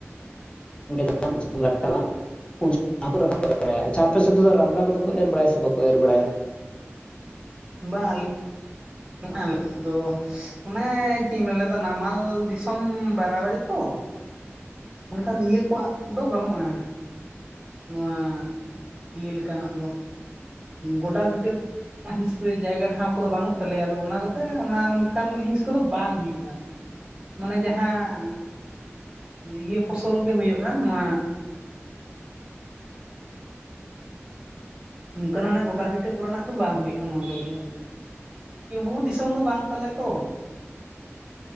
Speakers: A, on the left; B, on the right.
A: <unintelligible> ᱩᱱᱠᱚ ᱨᱟᱠᱟᱵ ᱵᱟᱲᱟᱭᱟ ᱟᱪᱪᱷᱟ ᱟᱯᱮᱥᱮᱫ ᱫᱚ ᱨᱟᱢᱲᱟ ᱠᱚᱫᱚ ᱠᱚ ᱮᱨ ᱵᱟᱲᱟᱭᱟ ᱥᱮ ᱵᱟᱠᱚ ᱮᱨ ᱵᱟᱲᱟᱭᱟ?
B: ᱵᱟᱝ᱾ ᱱᱚᱜᱚᱭ ᱫᱚ ᱚᱱᱮ ᱪᱮᱫ ᱤᱧ ᱢᱮᱱ ᱞᱮᱫᱟ ᱱᱟᱢᱟᱞ ᱫᱤᱥᱚᱢ ᱵᱟᱨᱟᱵᱟᱨᱤ ᱛᱚ᱾ ᱚᱱᱠᱟᱱ ᱤᱭᱟᱹ ᱠᱚᱣᱟᱜ ᱫᱚ ᱵᱟᱹᱱᱩᱜᱼᱟ᱾ ᱱᱚᱣᱟ ᱤᱭᱟᱹ ᱞᱮᱠᱟᱱᱟᱜ ᱫᱚ ᱜᱚᱰᱟ ᱵᱷᱤᱴᱟᱹ ᱦᱤᱸᱥ ᱡᱟᱭᱜᱟ ᱴᱷᱟᱶ ᱠᱚᱫᱚ ᱵᱟᱹᱱᱩᱜ ᱛᱟᱞᱮᱭᱟ ᱟᱫᱚ ᱚᱱᱟ ᱠᱚᱛᱮ ᱚᱱᱟ ᱚᱱᱠᱟᱱ ᱦᱤᱸᱥ ᱠᱚᱫᱚ ᱵᱟᱝ ᱦᱩᱭᱩᱜᱼᱟ᱾ ᱢᱟᱱᱮ ᱡᱟᱦᱟᱸ ᱤᱭᱟᱹ ᱯᱷᱚᱥᱚᱞ ᱜᱮ ᱦᱩᱭᱩᱜᱼᱟ᱾ ᱱᱚᱣᱟ ᱱᱚᱝᱠᱟᱟᱱ ᱦᱟᱱᱮ ᱜᱳᱰᱟᱵᱤᱴᱟᱹ ᱠᱚᱨᱮᱱᱟᱜ ᱫᱚ ᱵᱟᱝ ᱦᱩᱭᱩᱜᱼᱟ ᱱᱚᱣᱟ ᱠᱚᱨᱮ ᱫᱚ᱾ ᱵᱤᱨ ᱵᱩᱨᱩ ᱫᱤᱥᱚᱢ ᱫᱚ ᱵᱟᱝ ᱛᱟᱞᱮ ᱛᱚ᱾